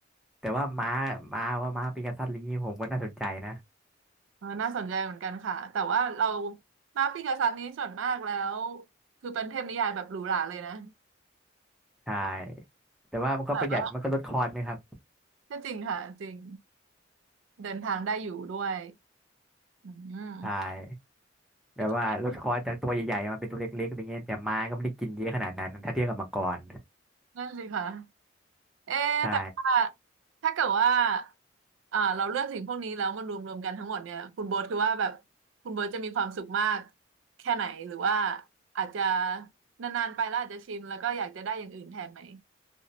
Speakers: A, in the centre; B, on the right.
A: แต่ว่าม้าม้าว่าม้าปีกษัตริย์อะไรนี้ผมก็น่าสนใจนะ
B: เออน่าสนใจเหมือนกันค่ะแต่ว่าเรามาปีกาซันนี้ส่วนมากแล้วคือเป็นเทพนิยายแบบหรูหราเลยนะ
A: ใช่แต่ว่ามันก็ประหยัดมันก็ลดคอร์สไหมครับ
B: แบบว่าก็จริงค่ะจริงเดินทางได้อยู่ด้วย อืม
A: ใช่แบบว่าลดคอร์สจากตัวใหญ่ๆมาเป็นตัวเล็กๆอะไรเงี้ยแต่ม้าก็ไม่ได้กินเยอะขนาดนั้นถ้าเทียบกับมังกร
B: ไปต่อนั่นสิคะเอ๊ะแต่ว่า
A: ใช่
B: ถ้าเกิดว่าอ่าเราเลือกสิ่งพวกนี้แล้วมันรวมรวมกันทั้งหมดเนี่ยคุณโบ๊ทคือว่าแบบคุณโบ๊ทจะมีความสุขมากแค่ไหนหรือว่าอาจจะนานๆไปแล้วอาจจะชินแล้วก็อยากจะได้อย่างอื่นแทนไหม